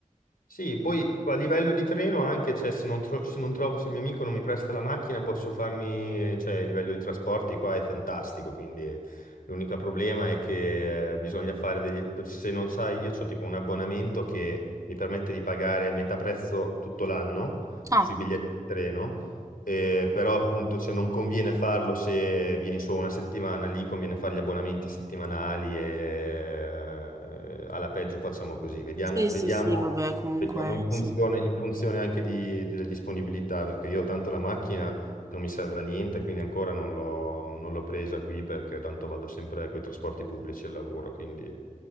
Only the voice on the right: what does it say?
Ah,
sì,
sì, sì, vabbè, comunque
sì.